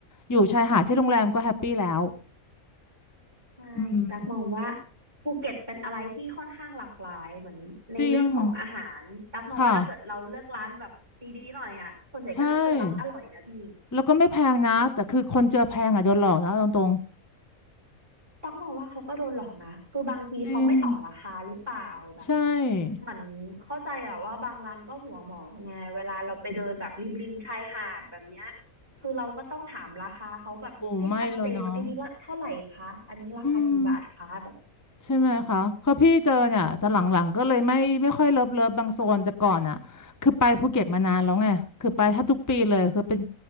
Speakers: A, on the left; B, on the right.
A: อยู่ชายหาดที่โรงแรมก็แฮปปี้แล้ว
B: ใช่ตักมองว่า
A: อืม
B: ภูเก็ตเป็นอะไรที่ค่อนข้างหลากหลายเหมือนในเรื่องของอาหารตักมองว่าถ้าเกิดเราเลือกร้านแบบดีๆหน่อยอ่ะส่วนใหญ่ก็จะเจอร้านอร่อยนะพี่
A: จริงค่ะใช่แล้วก็ไม่แพงนะแต่คือคนเจอแพงอ่ะโดนหลอกนะเอาตรง
B: ตักมองว่าเขาก็โดนหลอกนะคือบางทีเขาไม่ต่อราคาหรือเปล่าแบบ
A: ๆจริงใช่
B: เหมือนเข้าใจอะว่าบางร้านก็หัวหมอไงเวลาเราไปเดินแบบริมๆชายหาดแบบเนี้ยคือเราก็ต้องถามราคาเขาแบบให้ชัดเจนไอ้ยนี่ละเท่าไหร่คะอันนี้ราคากี่บาทคะแบบนี้
A: โอ้ไม่เลยเนาะ อืมใช่ไหมคะคือพี่เจอเนี่ยแต่หลังๆก็เลยไม่ไม่ค่อยเลิฟเลิฟบางโซนแต่ก่อนอ่ะคือไปภูเก็ตมานานแล้วไงคือไปแทบทุกปีเลยคือเป็น